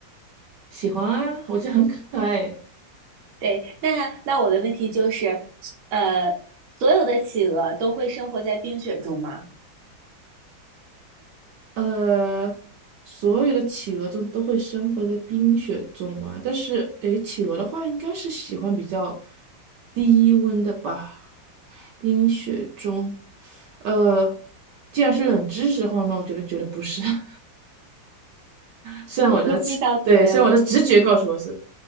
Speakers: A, on the right (about 70°); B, on the right (about 55°).
A: 喜欢啊，我觉得很可爱。
B: 对，那那我的问题就是，呃，所有的企鹅都会生活在冰雪中吗？
A: 呃，所有的企鹅中都会生活在冰雪中嘛，但是诶，企鹅的话应该是喜欢比较低温的吧。冰雪中，呃，既然是冷知识的话，那我觉得觉得不是。<laughs> 虽然我的直对，
B: <laughs> 逆向思维了，
A: 虽然我的直觉告诉我是，